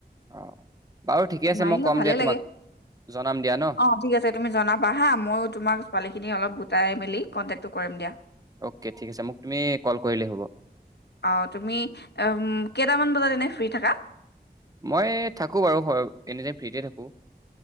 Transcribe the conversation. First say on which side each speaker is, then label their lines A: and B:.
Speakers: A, on the right; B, on the left.
A: অ বাৰু ঠিকে আছে
B: মাৰিলে
A: মই ক'ম
B: ভালে
A: দিয়া
B: লাগে
A: তোমাক জনাম দিয়া ন'?
B: অ ঠিক আছে তুমি জনাবা হা মইও তোমাক ছোৱালী খিনি অলপ গোটাই মেলি কণ্টেক্টটো কৰিম দিয়া
A: অ'কে ঠিক আছে মোক তুমি কল কৰিলেই হ'ব
B: অ তুমি উ কেইটামান বজাত এনেই ফ্ৰী থাকা
A: মই থাকোঁ বাৰু এনিটাইম ফ্ৰীতে থাকোঁ